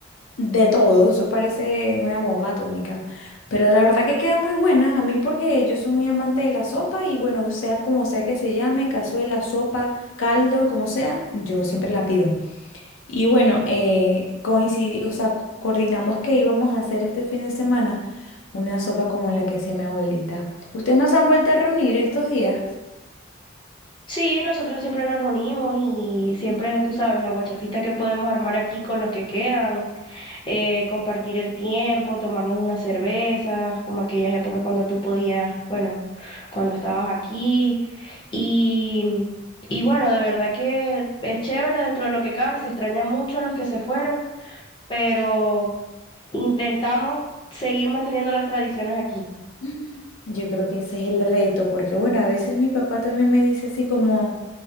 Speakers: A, on the left; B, on the left.
A: de todo, eso parece una bomba atómica. Pero la verdad que queda muy buena, a mí porque yo soy muy amante de la sopa y bueno, sea como sea que se llame, cazuela, sopa, caldo, como sea, yo siempre la pido. Y bueno, eh, coincidí, o sea, co- coordinamos que íbamos a hacer este fin de semana una sopa como la que hacía mi abuelita. ¿Ustedes no se han vuelto a reunir estos días?
B: Sí, nosotros siempre nos reunimos y siempre, tú sabes, la guachafita que podemos armar aquí con los que quedan, eh, compartir el tiempo, tomarnos unas cervezas, como aquellas épocas cuando tú podías, bueno, cuando estabas aquí. Y, y bueno, de verdad que es chévere dentro de lo que cabe, se extraña mucho a los que se fueron, pero intentamos seguir manteniendo las tradiciones aquí. No
A: Mm. Yo creo que ese es el reto, porque bueno, a veces mi papá también me dice así como,